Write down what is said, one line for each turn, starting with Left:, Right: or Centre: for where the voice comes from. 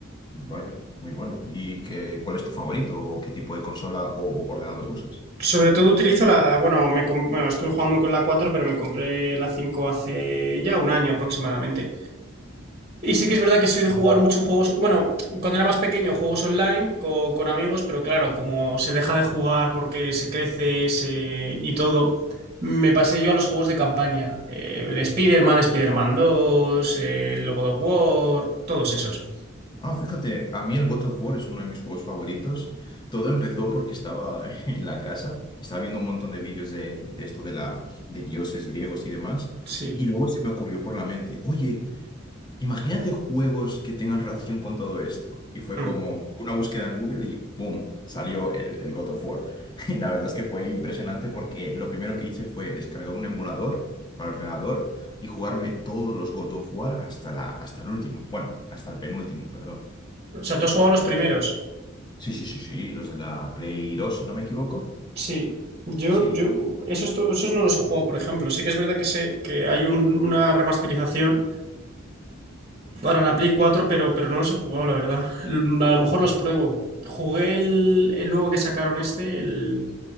Left: Vaya, muy bueno. ¿Y qué, cuál es tu favorito o qué tipo de consola o ordenador usas?
Right: Sobre todo utilizo la, bueno, me, com- bueno, estuve jugando con la 4 pero me compré la 5 hace ya un año aproximadamente. Y sí que es verdad que soy de jugar muchos juegos, bueno, cuando era más pequeño juegos online con, con amigos, pero claro, como se deja de jugar porque se crece se, y todo, me pasé yo a los juegos de campaña, Eh, el Spider-Man, Spider-Man 2, el God of War, todos esos.
Left: Ah, fíjate, a mí el God of War es uno de mis juegos favoritos. Todo empezó porque estaba <laughs> en la casa, estaba viendo un montón de vídeos de, de esto de la, de dioses griegos y demás,
Right: Sí.
Left: y luego se me ocurrió por la mente, oye, imagínate juegos que tengan relación con todo esto. Y fue
Right: Mm.
Left: como una búsqueda en Google y ¡boom! salió el, el God of War. <laughs> Y la verdad es que fue impresionante porque lo primero que hice fue descargar un emulador para ordenador y jugarme todos los God of War hasta la, hasta el último, bueno, hasta el penúltimo, perdón.
Right: O sea, tú has jugado los primeros.
Left: Sí, sí, sí, sí, los de la Play 2 si no me equivoco.
Right: Sí. Yo,
Left: Sí.
Right: yo, esos, to- esos no los he jugado, por ejemplo. Sí que es verdad que sé que hay un- una remasterización para la Play 4, pero, pero no los he jugado, la verdad. L- A lo mejor los pruebo. Jugué el, el nuevo que sacaron este, el,